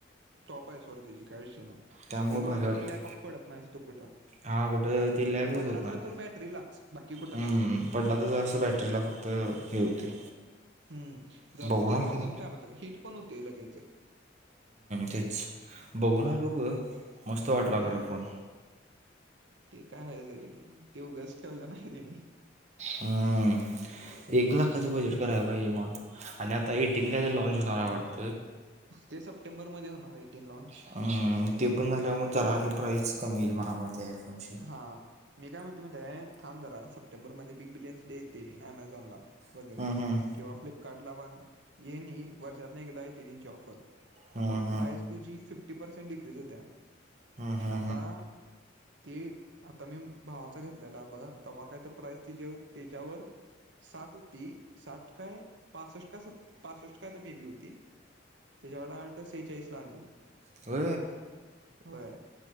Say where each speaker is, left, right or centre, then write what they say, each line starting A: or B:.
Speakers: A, on the right; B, on the right.
A: टॉप आहे सोडं त्याची काय विषय नाही
B: त्यामुळे
A: ते तुला
B: भारी
A: तिथं
B: वाटते
A: लॅक ऑफ पडत नाहीस तो कुठं,
B: हा कुठं ते लॅगच
A: जर पडलास
B: होत नाही
A: तर तुला बॅटरी लाच बाकी कुठं
B: हम्म
A: नाही.
B: पडला तर असं बॅटरीला फक्त हे होते
A: हम्म जरा
B: बघून
A: त्याचा
B: आलो
A: प्रॉब्लेम काय होता हिट पण होते लगेचे
B: तेच बघूून आलो ग मस्त वाटला
A: हम्म
B: खरं फोन
A: ते काय आहे ज रे ते उगंच ठेवलं नाही त्यांनी
B: हम्म एक लाखाचं बजेट कराय पाहिज मात आणि आता एटीन काय ते लॉनच होणार <inaudible>
A: ते सप्टेंबरमध्ये होणार एटीन लॉनच
B: हम्म, ते पण झाल्या मग जरा आणि प्राईस कमी येईल मला म ते आयफोन ची
A: हा मी काय म्हणते मध्ये थांब जरा सप्टेंबर मध्ये बिग बिलियन्स डे येते अमेझॉनला वगैरे
B: हम्म हम्म
A: किंवा फ्लिपकार्ट ला पण हे नाही वर्षातने एकदा येते जंची <unintelligible> ऑफर
B: हम्म
A: तेव्हा
B: हम्म
A: प्राइस तुझी फिफ्टी पर्सेंट डिक्रीज होत्या
B: हा हा
A: आता ते आता मी भावाचा घेतलेला ब तवा काय तर प्राईस त जे त्याच्यावर साठ होती साठ काय पासष्ट काय पासष्ट काय तर मे बी होती त्याच्या वडे <unintelligible> आठ सेचाळीस ला आली
B: हो
A: होय